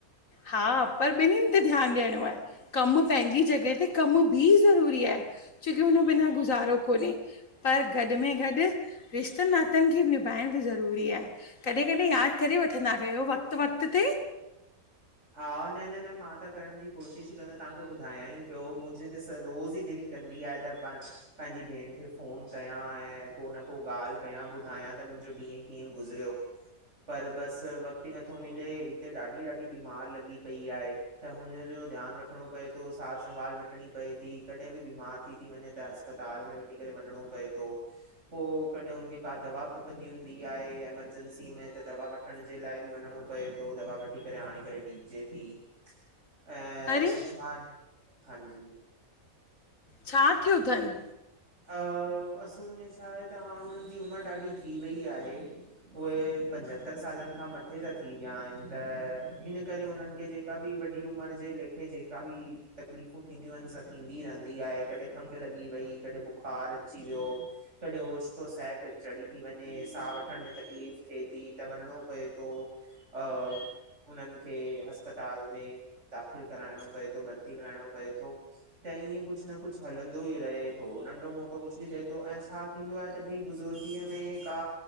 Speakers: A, on the left; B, on the right.
A: हा पर ॿिन्हनि ते ध्यानु ॾियणो आहे, कमु पंहिंजी जॻहि ते कमु बि ज़रूरी आहे छोकि उन बिना गुज़ारो कोन्हे, पर गॾ में गॾु रिश्तनि नातनि खे बि निभ ॻाइण बि ज़रूरी आहे, कॾहिं कॾहिं यादि करे वठंदा कयो वक़्त वक़्त ते
B: <inaudible> हा, न न न मां त करण जी कोशिशि ई कंदो तव्हांखे ॿुधायां ई पियो मुंहिंजे त रोज़ ई दिल कंदी आहे त पंहिंजी भेण खे फोन कयां ऐं को न को ॻाल्हि कयां ॿुधाय त मूंझो ॾींहं कीअं गुज़रियो पर बस वक़्तु ई नथो मिले हिते ॾाढी ॾाढी बीमार लॻी पई आहे, त हुनजो ध्यानु रखणो पए थो, सार संभाल वठणी पए थी कॾहिं बीमार थी ती वञे, त अस्पताल में वठी करे वञड़ो पए तो, पो कॾहिं उनखे का दवा खपंदी हूंदी आहे एमरजेंंसी में, त दवा वठण जे लाइ बि वञिणो पए थो, दवा वठी करे हाणे पर <unintelligible> थी, ऐं
A: अरे
B: पुंछा हाजी
A: छा थियो थनि?
B: अ, असुल में छा आहे त हाणे हुननि जी उमिरि ॾाढी थी वई आहे उहे पंजहतरि सालनि खां मथे सां थी विया आहिनि, त हिन करे उन्हनि खे जेका बि वॾी उम्र जे लेखे जेका बि तकलीफ़ू थींदियूं आहिनि थींदी रहंदी आहे, कॾहिं खंग लॻी ॿी कॾहिं ॿियो बुखार अची वियो, कॾहिं ओचितो सहक चढ़ी थी वञे, साहु वठण में तकलीफ़ थिए थ त वञणो पए तो, अ उन्हनि खे अस्पताल में दाख़िल कराइणो पए थो, भर्ती कराइणो पए थो, त त ईअं कुझु न कुझु हलंदो ई रहे थो। नंढो मोटो कुझु बि थिए थो, ऐं छा थींदो आहे त भई बुज़ुर्गीअ में का